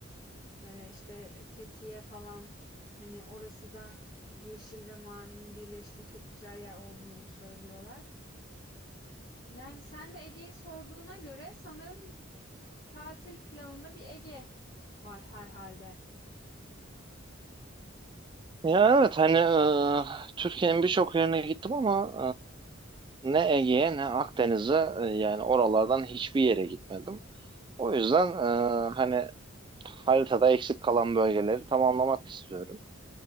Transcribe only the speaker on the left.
e, işte Fethiye falan hani orası da yeşil ve mavinin birleştiği çok güzel yer olduğunu söylüyorlar. Yani sen de Ege'yi sorduğuna göre sanırım tatil planında bir Ege var herhalde.